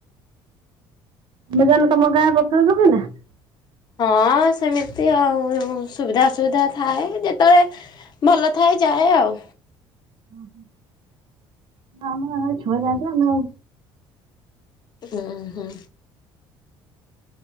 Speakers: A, on the right; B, on the left.
A: <unintelligible>
B: ହଁ ସେମିତି ଆଉ ସୁବିଧା ଅସୁବିଧା ଥାଏ ଯେତେବେଳେ ଭଲ ଥାଏ ଯାଏ ଆଉ।
A: ଓହୋ ଆମ ଆମର ଛୁଆ ଯାଆନ୍ତି ଆମେ ଆମେ ଆଉ
B: ଉଁ ହୁଁ।